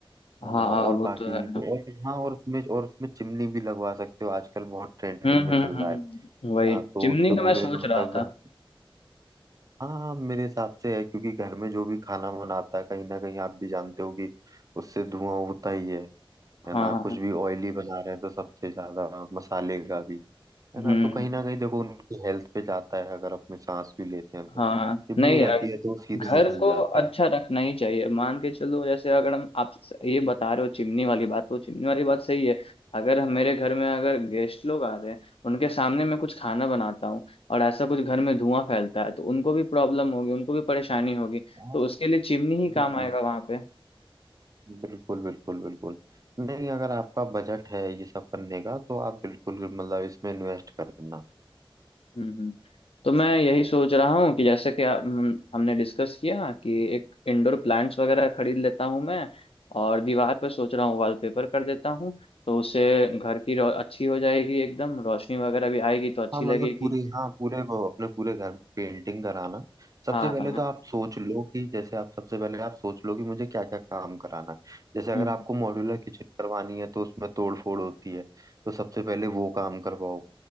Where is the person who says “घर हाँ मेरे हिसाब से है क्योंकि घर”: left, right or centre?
Right